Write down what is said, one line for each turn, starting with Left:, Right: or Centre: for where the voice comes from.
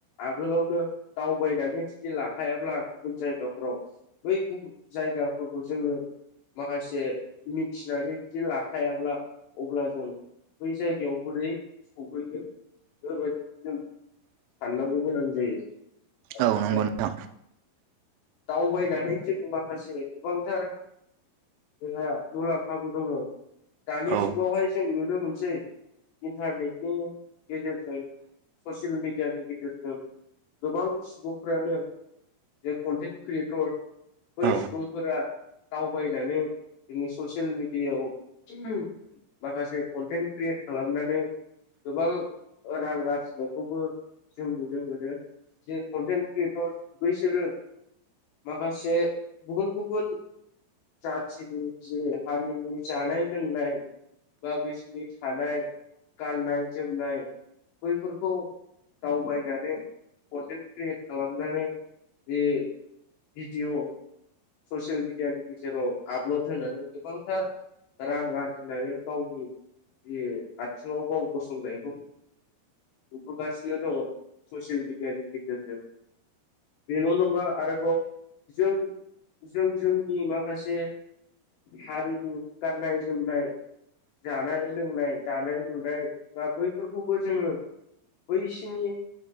Left: आगोलावनो दावबायनानै जुदि लाखायाब्ला गुबुन जायगा फोराव बै गुबुन जायगाफोरखौ जोङो माखासे मिथिनानै जुदि लाखायाब्ला, अब्ला जों बै जायगायाव बोरै सहैगोन, बेफोरबायदिखौ जों साननांगौ गोनां जायो आरो
Right: औ नंगौ नोंथां
Left: दावबायनानै जों माखासे गोबांथार जोंहा मुलाम्फाबो दङ। दानि
Right: औ
Left: जुगावहाय जों नुनो मोनसै इन्टारनेटनि गेजेरजों, ससियेल मिेडियानि गेजेरजों गोबां सुबुंफ्रानो बे कन्टेन्ट क्रियेटर बै
Right: औ
Left: सुबुंफोरा दावबायनानै जोंनि ससियेल मिडियाआव माखासे कन्टेन्ट क्रियेट खालामनानै गोबां रां आरजिनायखौबो जों नुनो मोनो। जे कन्टेन्ट क्रियेटर बैसोरो माखासे गुबुन गुबुन जाथिनि जे हारिनि जानाय लोंनाय बा बिसिनि थानाय, गाननाय जोमनाय बैफोरखौ दावबायनानै कन्टेन्ट क्रियेट खालामनानै बे भिडिअ ससियेल मिडियानि गेजेराव आपलड होनानै गोबांथार रां आरजिनानै गावनि बे आथिङाव गाव गसंनायखौ नुगासिनो दं ससियेल मिडियानि गेजेरजों। बेल' नङा आरोबाव जों जों जोंनि माखासे हारिनि गाननाय जोमनाय जानाय लोंनाय, दानाय लुनाय बा बैफोरखौबो जोङो बैसिनि